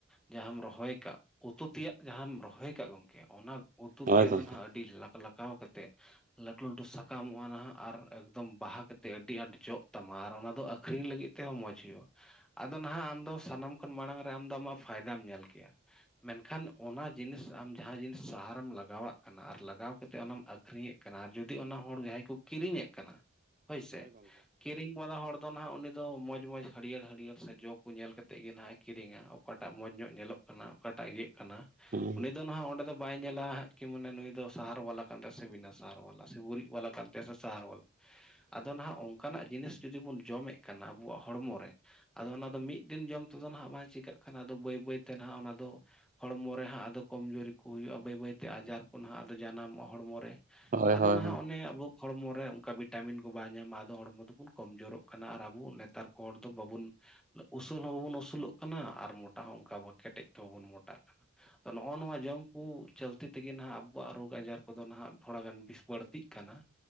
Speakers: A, in the centre; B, on the right.
A: ᱡᱟᱦᱟᱢ ᱨᱚᱦᱚᱭ ᱟᱠᱟᱫ ᱩᱛᱩ ᱛᱮᱭᱟᱜ ᱡᱟᱦᱟᱢ ᱨᱚᱦᱚᱭ ᱟᱠᱟᱜ ᱜᱚᱢᱠᱮ ᱚᱱᱟ ᱩᱛᱩ
B: ᱦᱳᱭ
A: ᱛᱮᱭᱟᱜ
B: ᱜᱚᱢᱠᱮ
A: ᱫᱚ ᱱᱟᱦᱟᱜ ᱟᱹᱰᱤ ᱞᱟᱠ ᱞᱟᱠᱟᱣ ᱠᱟᱛᱮ ᱞᱟᱹᱴᱩ ᱞᱟᱹᱴᱩ ᱥᱟᱠᱟᱢᱚᱜ-ᱟ ᱱᱟᱦᱟᱜ ᱟᱨ ᱮᱠᱫᱚᱢ ᱵᱟᱦᱟ ᱠᱟᱛᱮᱫ ᱟᱹᱰᱤ ᱟᱸᱴ ᱡᱚᱜ ᱛᱟᱢᱟ ᱟᱨ ᱚᱱᱟ ᱫᱚ ᱟᱹᱠᱷᱨᱤᱧ ᱞᱟᱹᱜᱤᱫ ᱛᱮ ᱛᱮᱦᱚᱸ ᱢᱚᱸᱡᱽ ᱦᱩᱭᱩᱜ-ᱟ ᱟᱫᱚ ᱱᱟᱦᱟᱜ ᱟᱢ ᱫᱚ ᱥᱟᱱᱟᱢ ᱠᱷᱚᱱ ᱢᱟᱲᱟᱝ ᱨᱮ ᱟᱢ ᱟᱢᱟᱜ ᱯᱷᱟᱭᱫᱟᱢ ᱧᱮᱞ ᱠᱮᱜ-ᱟ, ᱢᱮᱱᱠᱷᱟᱱ ᱚᱱᱟ ᱡᱤᱱᱤᱥ ᱟᱢ ᱡᱟᱦᱟᱸ ᱡᱤᱱᱤᱥ ᱥᱟᱦᱟ ᱟᱢ ᱞᱟᱜᱟᱣᱟᱜ ᱠᱟᱱᱟ ᱟᱨ ᱞᱟᱜᱟᱣ ᱠᱟᱛᱮᱫ ᱚᱱᱟᱢ ᱟᱹᱠᱷᱨᱤᱧᱮᱫ ᱠᱟᱱᱟ ᱟᱨ ᱡᱩᱫᱤ ᱚᱱᱟ ᱦᱚᱲ ᱡᱟᱦᱟᱸᱭ ᱠᱚ ᱠᱤᱨᱤᱧᱮᱫ ᱠᱟᱱᱟ ᱦᱳᱭ ᱥᱮ ᱠᱤᱨᱤᱧ ᱵᱟᱞᱟ ᱦᱚᱲ ᱫᱚ ᱱᱟᱦᱟᱜ ᱩᱱᱤ ᱫᱚ ᱢᱚᱸᱡᱽ ᱢᱚᱸᱡᱽ ᱦᱟᱹᱨᱭᱟᱹᱲ ᱦᱟᱹᱨᱭᱟᱹᱲ ᱥᱮ ᱡᱚ ᱠᱚ ᱧᱮᱞ ᱠᱟᱛᱮᱫ ᱜᱮ ᱦᱟᱜ ᱮ ᱠᱤᱨᱤᱧᱟ, ᱚᱠᱟᱴᱟᱜ ᱢᱚᱸᱡᱽ ᱧᱚᱜ ᱧᱮᱞᱚᱜ ᱠᱟᱱᱟ ᱚᱠᱟᱴᱟᱜ ᱤᱭᱟᱹᱜ ᱠᱟᱱᱟ
B: ᱦᱮᱸ
A: ᱩᱱᱤ ᱫᱚ ᱱᱟᱦᱟᱜ ᱚᱸᱰᱮ ᱫᱚ ᱵᱟᱭ ᱧᱮᱞᱟ ᱦᱟᱸᱜ ᱠᱤ ᱢᱟᱱᱮ ᱱᱩᱭ ᱫᱚ ᱥᱟᱦᱟᱨ ᱵᱟᱞᱟ ᱠᱟᱱ ᱛᱟᱭᱟ ᱥᱮ ᱵᱤᱱᱟ ᱥᱟᱦᱟᱨ ᱵᱟᱞᱟ ᱥᱮ ᱜᱩᱨᱤᱡ ᱵᱟᱞᱟ ᱠᱟᱱ ᱛᱟᱭᱟ ᱥᱮ ᱥᱟᱦᱟᱨ ᱵᱟᱞᱟ
B: <inaudible>
A: ᱟᱫᱚ ᱱᱟᱦᱟᱜ ᱚᱱᱠᱟᱱᱟᱜ ᱡᱤᱱᱤᱥ ᱡᱩᱫᱤ ᱵᱚᱱ ᱡᱚᱢᱮᱫ ᱠᱟᱱᱟ ᱟᱵᱚᱣᱟᱜ ᱦᱚᱲᱢᱚ ᱨᱮ ᱟᱫᱚ ᱚᱱᱟ ᱫᱚ ᱢᱤᱫ ᱫᱤᱱ ᱡᱚᱢ ᱛᱮᱫᱚ ᱱᱟᱦᱟᱜ ᱵᱟᱝ ᱪᱤᱠᱟᱹᱜ ᱠᱟᱱᱟ ᱟᱫᱚ ᱵᱟᱹᱭ ᱵᱟᱹᱭᱛᱮ ᱱᱟᱦᱟᱜ ᱚᱱᱟᱫᱚ ᱦᱚᱲᱢᱚ ᱨᱮ ᱦᱟᱸᱜ ᱟᱫᱚ ᱠᱚᱢᱡᱩᱨᱤ ᱠᱚ ᱦᱩᱭᱩᱜ-ᱟ, ᱵᱟᱹᱭ ᱵᱟᱹᱭᱛᱮ ᱟᱡᱟᱨ ᱠᱚ ᱱᱟᱦᱟᱜ ᱟᱫᱚ ᱡᱟᱱᱟᱢᱚᱜ-ᱟ ᱦᱚᱲᱢᱚ ᱨᱮ
B: ᱦᱳᱭ
A: ᱟᱫᱚ
B: ᱦᱳᱭ
A: ᱱᱟᱦᱟᱜ ᱚᱱᱮ ᱟᱵᱚ ᱦᱚᱲᱢᱚᱨᱮ ᱚᱱᱠᱟ ᱵᱷᱤᱴᱟᱢᱤᱱ ᱠᱚ ᱵᱟᱭ ᱧᱟᱢᱟ ᱟᱫᱚ ᱦᱚᱲᱢᱚ ᱫᱚᱵᱚᱱ ᱠᱚᱢᱡᱳᱨᱚᱜ ᱠᱟᱱᱟ ᱟᱨ ᱟᱵᱚ ᱱᱮᱛᱟᱨ ᱠᱚ ᱦᱚᱲ ᱫᱚ ᱵᱟᱵᱚᱱ ᱩᱥᱩᱞ ᱦᱚᱸ ᱵᱟᱵᱚᱱ ᱩᱥᱩᱞᱚᱜ ᱠᱟᱱᱟ ᱟᱨ ᱢᱚᱴᱟ ᱦᱚᱸ ᱚᱱᱠᱟ ᱠᱮᱴᱮᱡ ᱛᱮ ᱵᱟᱵᱚᱱ ᱢᱚᱴᱟᱜ ᱠᱟᱱᱟ᱾ ᱛᱚ ᱱᱚᱜ-ᱚ ᱱᱚᱣᱟ ᱡᱚᱢ ᱠᱩ ᱪᱚᱞᱛᱮ ᱛᱮᱜᱮ ᱱᱟᱦᱟᱜ ᱟᱵᱚᱣᱟᱜ ᱨᱳᱜᱽ ᱟᱡᱟᱨ ᱠᱚᱫᱚ ᱱᱟᱦᱟᱜ ᱛᱷᱚᱲᱟᱜᱟᱱ ᱵᱤᱥ ᱵᱟᱹᱲᱛᱤᱜ ᱠᱟᱱᱟ᱾